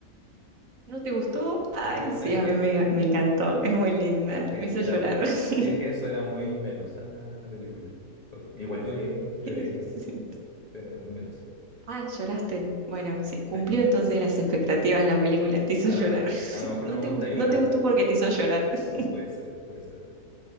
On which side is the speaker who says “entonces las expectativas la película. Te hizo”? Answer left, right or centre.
Right